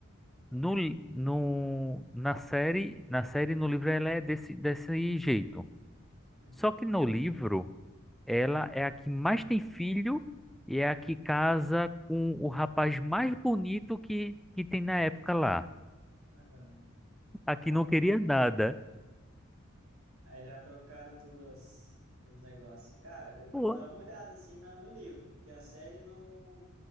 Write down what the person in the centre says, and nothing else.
No, li- no, na série, na série, no livro, ela é desse, desse jeito.
Só que no livro, ela é a que mais tem filho e é a que casa com o rapaz mais bonito que, que tem na época lá.
A que
não queria nada.
Ué.